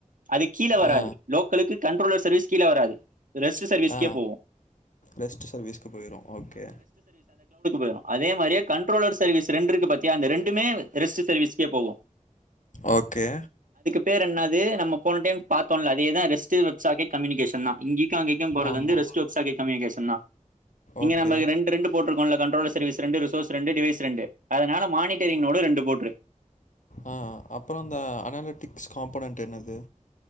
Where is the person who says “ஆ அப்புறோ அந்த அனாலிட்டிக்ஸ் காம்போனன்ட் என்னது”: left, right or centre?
Left